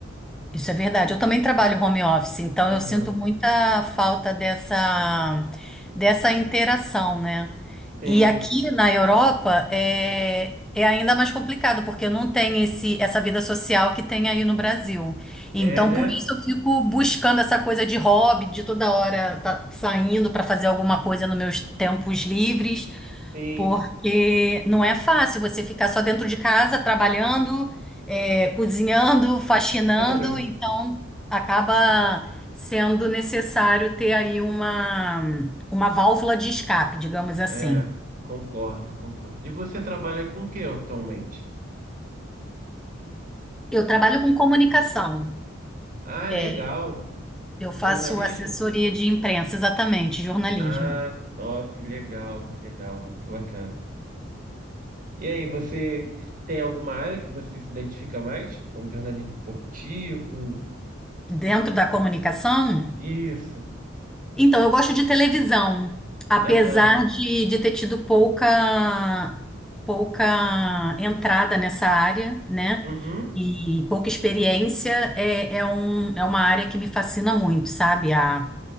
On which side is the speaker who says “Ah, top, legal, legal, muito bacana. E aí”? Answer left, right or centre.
Right